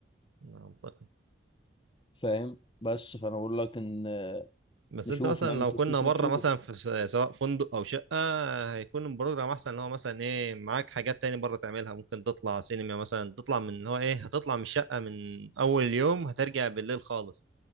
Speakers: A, on the right; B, on the left.
A: منطقي
B: فاهم بس فانا بقول لك ان
A: بس
B: نشوف
A: انت مثلا
B: نعمل
A: لو
B: تصويت
A: كنا بره
B: ونشوف
A: مثلا في س- سواء فندق او شقه هيكون البروجرام احسن اللي هو مثلا ايه معاك حاجات تاني بره تعملها ممكن تطلع سينما مثلا تطلع من اللي هو ايه هتطلع من الشقه من اول يوم هترجع بالليل خالص